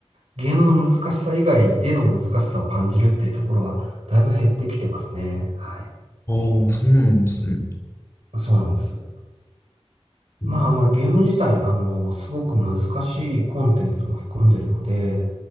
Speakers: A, on the right; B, on the left.
A: ゲームの難しさ以外での難しさを感じるっていうところは、だいぶ減ってきてますね。はい。
B: ああ、そうなんですね。
A: そうなんです。
B: うイ
A: まあ、あの、ゲーム自体、あの、すごく難しいコンテンツも含んでるので、